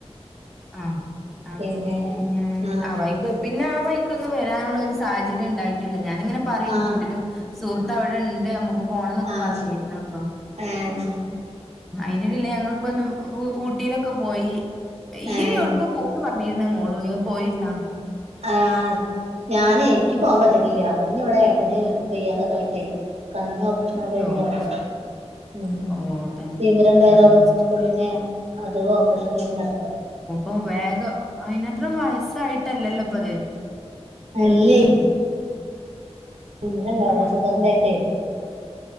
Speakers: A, in the centre; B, on the right.
A: ആഹ് അവ്
B: പിന്നെ
A: മ്മ് പിന്നെ ഞാനാവയിക്ക്
B: ആഹ്
A: പിന്നെ വയ്ക്കൊന്നും വരാനുള്ള ഒരു സാഹചര്യം ഉണ്ടായിട്ട് ട്ടില്ല ഞാാനങ്ങനെ പറയും
B: ആഹ്
A: എന്റെരു സുഹൃത്ത്
B: ഉം
A: അവടെ ഇണ്ട് നമുക്ക് പോണംന്നൊക്കെ
B: ആഹ്
A: പറഞ്ഞിരുന്നു അപ്പം
B: ഏഹ്
A: അയിന്റടീല് ഞങ്ങളിപ്പൊന്ന് ഊ ഊട്ടിയിലൊക്കെ പോയി ഇയ്യെവിടുക്കോ
B: ഏഹ്
A: പോവുംന്ന് പറ- ഞ്ഞിര്ന്നു മോളും ഇയും പോയിര്ന്നോ
B: ആഹ് ഞാനേ ഇൻക്ക് പോകാൻ പറ്റീട്ടില്ല അപ്പത്തിനിവിടെ ഏട്ടന് വെയ്യാതൊക്കെ ആയിട്ടേ കണ്ണിന് ഓപ് പ്രശ്നൊക്കെ കഴിഞ്ഞ്
A: ഓ
B: കിടക്കാണ്
A: ശരി
B: ഉം
A: ഓ തന്നെ
B: തിമിരണ്ടായതാടോ
A: ഉം ഉം
B: അപ്പൊ പിന്നെ അത് ഓപ്പറേഷം കഴിഞ്ഞ് കെടക്കാ
A: ഓഹ് ഏതോ അയിനാത്രം വയസ്സായിട്ടല്ലല്ലോപ്പത്
B: അല്ലെയ് തിമിരം ഉണ്ടായിരുന്നു
A: ആ
B: ഷുഗർ ഉണ്ടായിട്ട്.